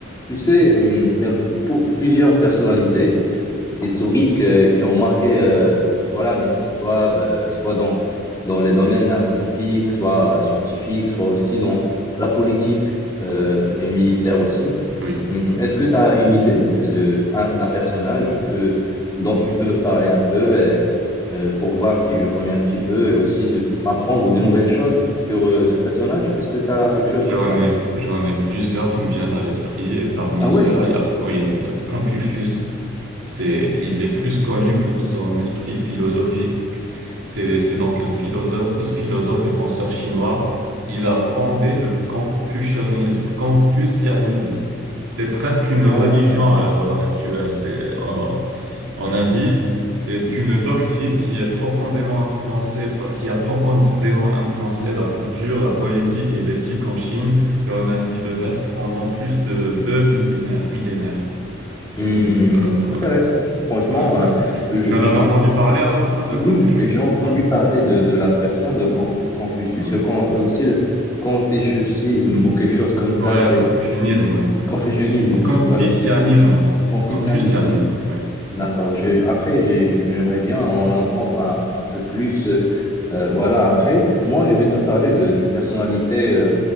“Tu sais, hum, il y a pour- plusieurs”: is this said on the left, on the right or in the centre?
Left